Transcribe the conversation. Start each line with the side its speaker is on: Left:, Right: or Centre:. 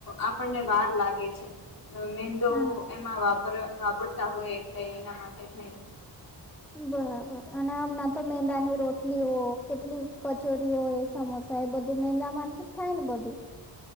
Left: આપણને વાર લાગે છે. અ મેંદો
Centre: હા.
Left: એમાં વાપર વાપરતા હોય એટલે એના માટે થઈને.
Centre: બરાબર, અને મે તો મેંદાની રોટલીઓ, કેટલી કચોરીઓ સમોસા એ બધું મેંદા માંથીજ થાયને બધું.